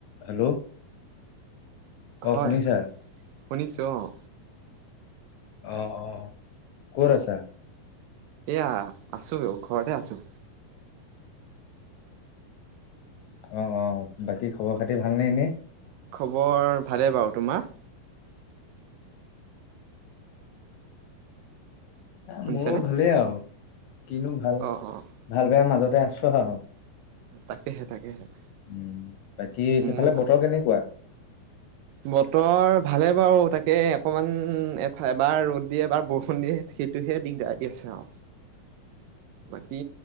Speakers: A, on the left; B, on the right.
A: হেল্ল' অ
B: হয়
A: শুনিছা
B: শুনিছোঁ অঁ
A: অ অ কত আছা?
B: এয়া আছো ঘৰতে আছো
A: অ অ বাকী খবৰ খাতি ভালনে এনে
B: খবৰ ভালেই বাৰু তোমাৰ?
A: এ
B: শুনিছানে
A: মোৰো ভালেই আৰু কিনো ভাল
B: অঁ অঁ
A: ভাল বেয়াৰ মাজত আছো আও
B: তাকেহে তাকেহে
A: উম বাকী সেইফালে
B: মোৰ ভাল
A: বতৰ কেনেকুৱা?
B: বতৰ ভালে বাৰু তাকে অকমান এফাল এবাৰ ৰ'দ দিয়ে এবাৰ বৰষুণ দিয়ে সেইটোহে দিগদাৰ দি আছে আৰু বাকী